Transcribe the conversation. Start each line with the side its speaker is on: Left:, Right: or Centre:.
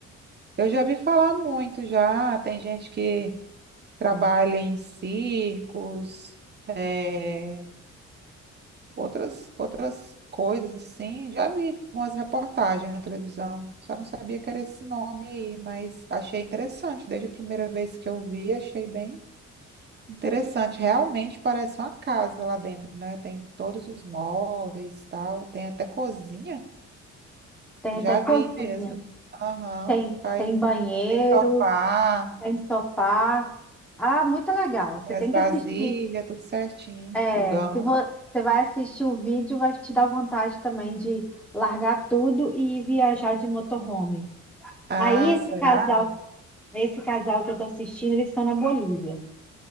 Right: eu já vi falar muito já. Tem gente que trabalha em circos, eh, outras, outras coisas assim. Já vi umas reportagens na televisão. Só não sabia que era esse nome aí, mas achei interessante. Desde a primeira vez que eu vi, achei bem interessante. Realmente parece uma casa lá dentro, né? Tem todos os móveis e tal. Tem até cozinha.
Centre: Tem
Right: Já
Centre: até cozinha,
Right: vi mesmo. Aham.
Centre: tem,
Right: Faz.
Centre: tem banheiro,
Right: Tem sofá,
Centre: tem sofá. Ah, muito legal. Você
Right: tem as
Centre: tem
Right: vasilhas,
Centre: que assistir.
Right: tudo certinho.
Centre: É,
Right: Fogão.
Centre: se vo- você vai assistir o vídeo, vai te dar vontade também de largar tudo e viajar de motorhome.
Right: Ah,
Centre: Aí esse
Right: será?
Centre: casal, esse casal que eu tô assistindo, eles estão na Bolívia.